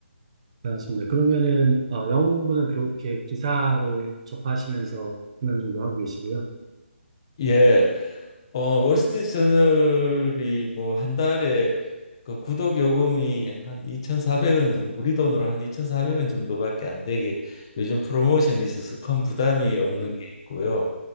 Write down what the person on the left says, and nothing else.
예. 어, 월스트리트 저널이 뭐 한 달에 그 구독 요금이 한 2,400원 정도, 우리 돈으로 한 2,400원 정도밖에 안 되게 요즘 프로모션이 있어서 큰 부담이 없는
게 있고요.